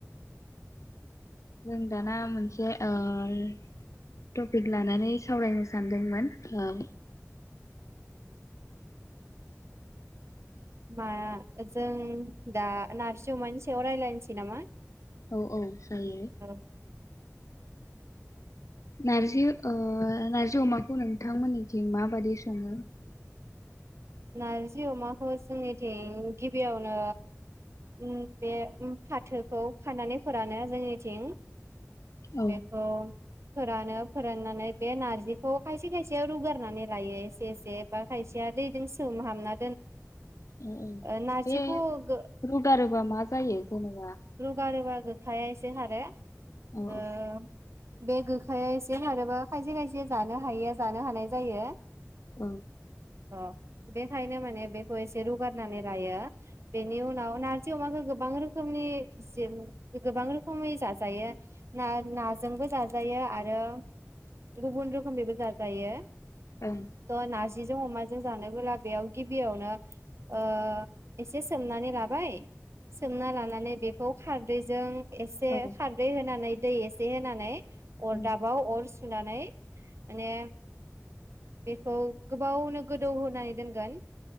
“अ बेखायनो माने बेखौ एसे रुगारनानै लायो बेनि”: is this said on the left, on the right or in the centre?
Right